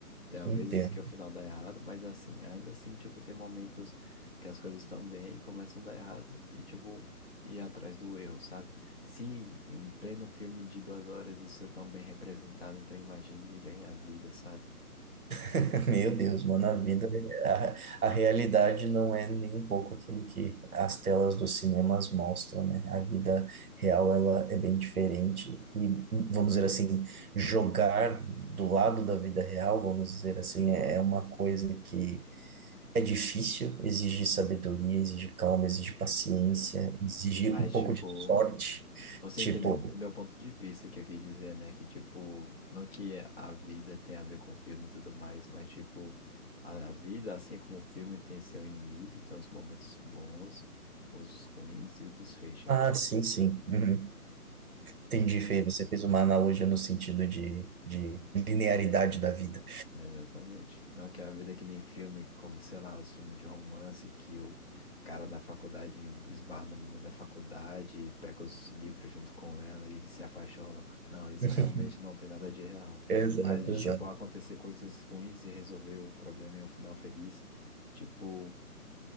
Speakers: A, on the left; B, on the right.
A: Tem às
B: entendo.
A: vezes que o final dá errado, mas assim, ainda assim, tipo, tem momentos que as coisas estão bem e começam a dar errado e, tipo, ir atrás do erro, sabe? Sim, em pleno filme de duas horas isso é tão bem representado, então imagine bem a vida, sabe?
B: <laughs> Meu Deus, mano,
A: Aham.
B: a vida, a, a realidade não é nem um pouco aquilo que as telas dos cinemas mostram, né? A vida real, ela é bem diferente e, vamos dizer assim, jogar do lado da vida real, vamos dizer assim, é é uma coisa que é difícil, exige sabedoria, exige calma, exige paciência,
A: Sim.
B: exige
A: Mas,
B: um pouco
A: tipo,
B: de sorte,
A: você
B: tipo,
A: entendeu meu ponto de vista que eu quis dizer, né? Que, tipo, não que a vida tem a ver com filme e tudo mais, mas, tipo, a, a vida, assim como o filme, tem seu início, tem os momentos bons, os ruins e o desfecho,
B: ah,
A: é como
B: sim,
A: você
B: sim,
A: entendeu?
B: uhum. Entendi, Fê. Você fez uma analogia no sentido de, de linearidade da vida.
A: É, Exatamente. Não que a vida é que nem filme, como, sei lá, os filmes de romance que o cara na faculdade esbarra na menina da faculdade, e pega os livros junto com ela e eles se apaixonam. Não, isso
B: <laughs>
A: realmente não tem nada de real.
B: Exato,
A: Mas de,
B: exato.
A: tipo, acontecer coisas ruins e resolver o problema em um final feliz, tipo,